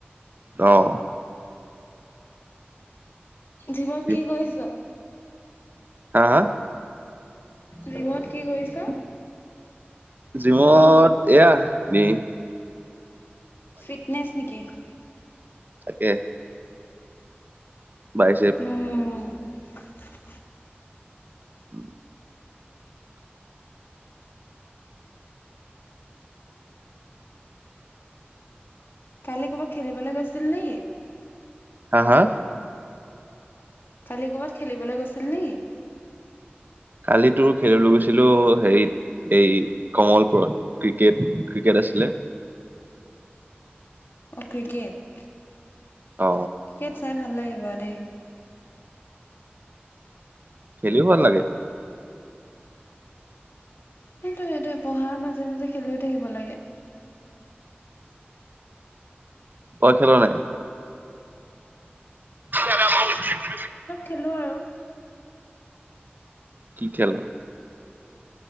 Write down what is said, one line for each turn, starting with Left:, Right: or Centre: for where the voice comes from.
Right: অহ
Left: জিমত
Right: জিম-
Left: কি কৰিছ?
Right: হা হা,
Left: জিমত কি কৰিছ?
Right: জিমত এয়া এনে
Left: ফিটনেছ নেকি?
Right: তাকে, ভাই চব
Left: উম, <unintelligible>
Right: উম
Left: কালি কৰ'বাত খেলিবলৈ গৈছিল নেকি??
Right: হা হা
Left: কালি ক'বাত খেলিবলৈ গৈছিল নেকি?
Right: কালিতো খেলিবলৈ গৈছিলো, হেৰিত এই কমলপুৰত ক্ৰিকেট ক্ৰিকেট আছিলে,
Left: অ ক্ৰিকেট?
Right: অ
Left: ক্ৰিকেট চাই ভাল লাগিব দেই।
Right: খেলিও ভাল লাগে।
Left: সেইটোয়ে তো পঢ়াৰ মাজে মাজে খেলি থাকিব লাগে।
Right: ঘৰত খেলোৱা নাই? <unintelligible>
Left: খেলোঁ আৰু।
Right: কি খেল?